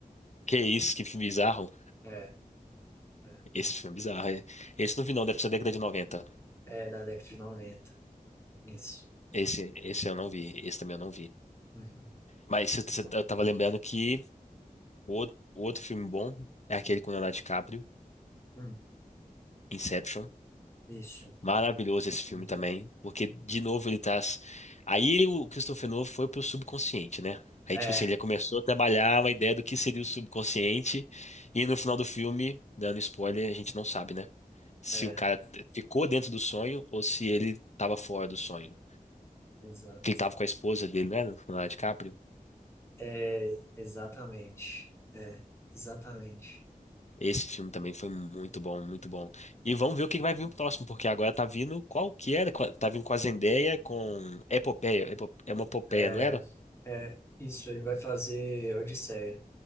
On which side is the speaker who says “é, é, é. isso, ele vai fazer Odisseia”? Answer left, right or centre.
Left